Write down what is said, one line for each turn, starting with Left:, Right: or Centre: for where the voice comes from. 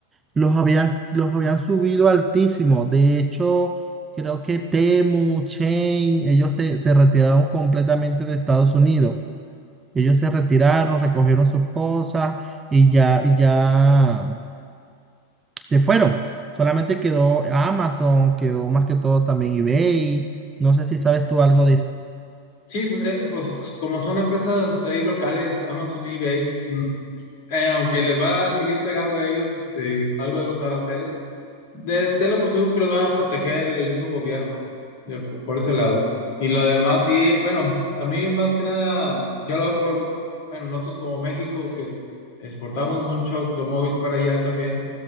Right: los habían, los habían subido altísimo. De hecho, creo que Temu, Chain, ellos se, se retiraron completamente de Estados Unidos. Ellos se retiraron, recogieron sus cosas y ya, y ya. se fueron. Solamente quedó Amazon, quedó más que todo también eBay. No sé si sabes tú algo de eso.
Left: Sí, pues, eh, pues, como son empresas ahí locales, Amazon y eBay, mm, eh, aunque les va a seguir pegando a ellos este, algo de los aranceles, De, tenlo por seguro que los van a proteger el mismo gobierno, de- por ese lado. Y lo demás, sí, bueno, a mí más que nada, yo lo veo por, bueno, nosotros como México, que exportamos mucho automóvil para allá también,